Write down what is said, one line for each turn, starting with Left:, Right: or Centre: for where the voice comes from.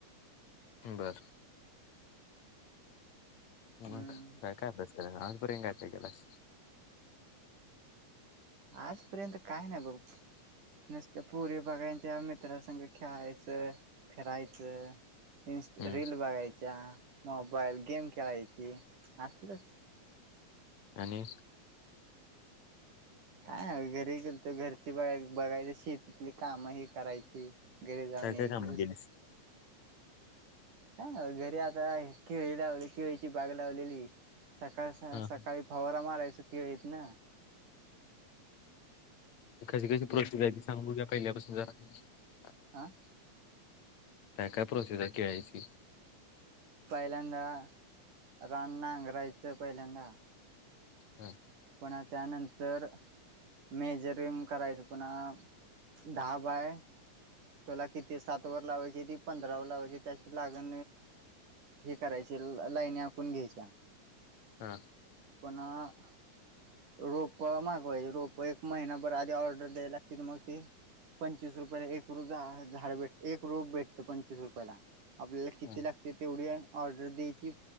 Left: बर मग
Right: हम्म
Left: काय? काय? अभ्यास केलास आजपर्यंत काय केलास?
Right: आजपर्यंत काय नाही बघ? नुसत पोरी बघायच्या मित्रांसंग खेळायचं फिरायचं इंस्ट
Left: हम्म
Right: रील बघायच्या मोबाईल, गेम खेळायचा की असलच
Left: आणि
Right: काय ह घरी गेल तो घरची बघा बघायच शेतीतली काम ही करायची घरी जाऊन
Left: काय
Right: यायच
Left: काय कामं केलीस?
Right: हा घरी आता केळी लावली केळीची बाग लावलेली. सकाळ
Left: हा
Right: सकाळी फवारा मारायच केळीतन.
Left: कसे कसे प्रश्न कायचे सांग बघू पहिल्यापासून जरा
Right: आं..
Left: काय काय प्रोसेस आहे केळ्यांसनी
Right: पहिल्यांदा रान नांगरायचं पहिल्यांदा
Left: हा
Right: पण त्यानंतर मेजरिंग करायचं पुन्हा दहा बाय तुला किती सात वर लावायच पंधरा लावायची त्या शिवाय लाग हे करायची लाइन्या आखून घ्यायच्या
Left: हा
Right: पुन्हा रोप मागवायची रोपं एक महिनाभर आधी ऑर्डर द्याय लागते मग ती पंचवीस रुपयाला एक रोज झाड भेट एक रोज भेटतं पंचवीस रुपयाला. आपल्याला किती
Left: हा
Right: लागते तेवढी ऑर्डर द्यायची